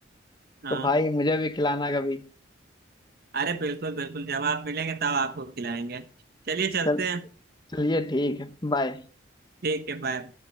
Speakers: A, on the right (about 55°); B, on the left (about 25°).
A: हाँ
B: तो भाई मुझे भी खिलाना कभी
A: अरे बिल्कुल बिल्कुल जब आप मिलेंगे तब आपको खिलाएंगे चलिए चलते
B: चल
A: हैं
B: चलिए ठीक है बाय
A: ठीक है बाय